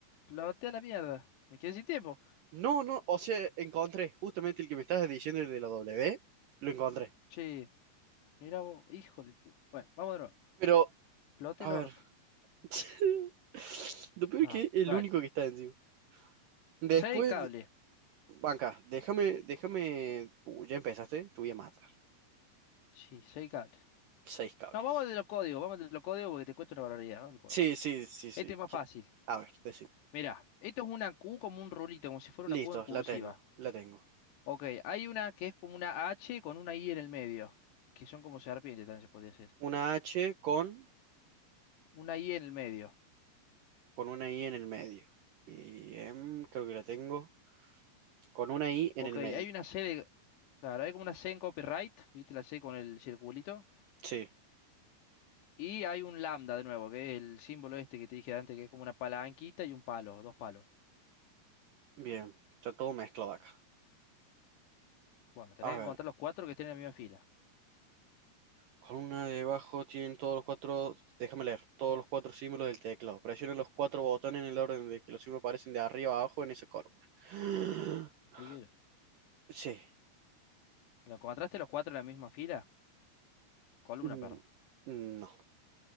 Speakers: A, on the left; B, on the right.
A: Explote la mierda. Me quedé sin tiempo.
B: No, no, o sea, encontré justamente el que me estabas diciendo, el de la W, lo encontré.
A: Che, mira vos, hijo de pu- Bueno, vamos de nuevo.
B: Pero,
A: Explote
B: a
A: el orto.
B: ver. <laughs> Lo peor
A: Vamos,
B: es que es el
A: dale.
B: único que está encima. Después,
A: Seis cables.
B: de- banca, déjame, déjame. Uh, ya empezaste, te voy a matar.
A: Sí, seis cables.
B: Seis cables.
A: No, vamos de los códigos, vamos de los códigos porque te cuesta una barbaridad. Vamos al código.
B: Sí, sí, sí, sí.
A: Este es más
B: quiero-
A: fácil.
B: A ver, decime.
A: Mira, esto es una Q como un rulito, como si fuera
B: Listo,
A: una Q en cursiva.
B: la tengo, la tengo.
A: Ok, hay una que es como una H con una I en el medio, que son como serpientes, también se podría hacer.
B: Una H con,
A: Una I en el medio.
B: con una I en el medio. Bien, creo que la tengo. Con una I en
A: Ok,
B: el
A: hay
B: medio.
A: una C de... Claro, hay como una C en copyright, ¿viste la C con el circulito?
B: Sí,
A: Y hay un lambda de nuevo, que es el símbolo este que te dije antes, que es como una palanquita y un palo, dos palos.
B: bien. Está todo mezclado acá.
A: Bueno, tenés
B: A
A: que
B: ver,
A: encontrar los cuatro que estén en la misma fila.
B: con una debajo tienen todos los cuatro. Déjame leer. Todos los cuatro símbolos del teclado. Presiona los cuatro botones en el orden de que los símbolos aparecen de arriba a abajo en esa columna.
A: ¿Me
B: <gasps>
A: expliqué yo?
B: Sí.
A: ¿Lo encontraste los cuatro en la misma fila? Columna,
B: mm,
A: perro.
B: No,